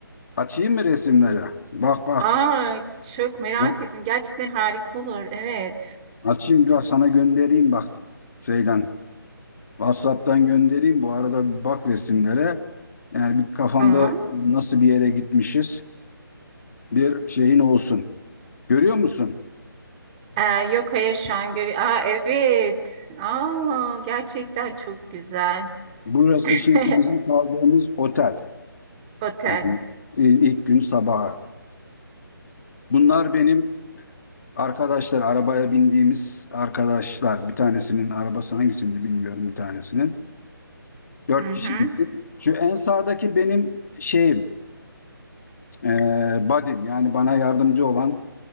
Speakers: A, on the left; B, on the right.
A: açayım mı resimleri? Bak bak.
B: Aa, çok merak
A: Ben
B: ettim. Gerçekten harika olur. Evet.
A: açayım bak sana göndereyim bak şeyden. WhatsApp'tan göndereyim. Bu arada bir bak resimlere. Yani bir kafanda
B: Tamam.
A: nasıl bir yere gitmişiz bir şeyin olsun. Görüyor musun?
B: Ee, yok hayır şu an görüyorum. Aa evet. Aa gerçekten çok güzel.
A: Burası
B: <laughs>
A: şimdi bizim kaldığımız otel.
B: Otel.
A: Yani i- ilk gün sabaha. Bunlar benim arkadaşlar, arabaya bindiğimiz arkadaşlar. Bir tanesinin arabası hangisinde bilmiyorum bir tanesinin. Dört
B: Hı
A: kişi
B: hı.
A: gittik. Şu en sağdaki benim şeyim, e, buddy'm. Yani bana yardımcı olan